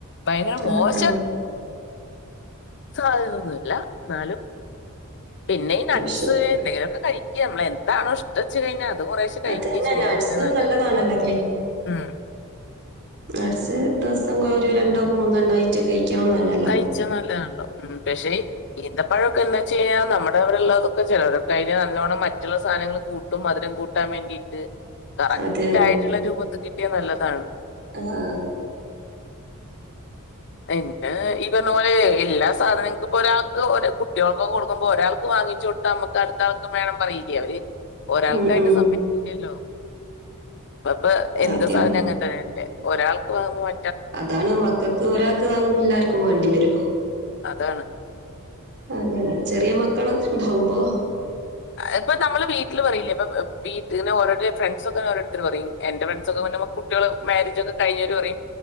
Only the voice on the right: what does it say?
ആ,
ആ.
അത് ശരി
അത് തന്നെ
നട്സ്
നല്ലതാണല്ലോ
നഡ്സ് ദിവസം ഒരു രണ്ടോ മൂന്നോ എണ്ണോ ആയിട്ട് കഴിക്കണം ന്നാണ്
അത് തന്നെ
ആഹ്
ഉം, ഉം.
അത് തന്നെ
അതാണ് മക്കൾക്ക് ഒരാൾക്ക് വാങ്ങുമ്പ എല്ലാവർക്കും വേണ്ടി വരും
അങ്ങനെ ചെറിയ മക്കളൊക്കെ ഉണ്ടാവുമ്പോ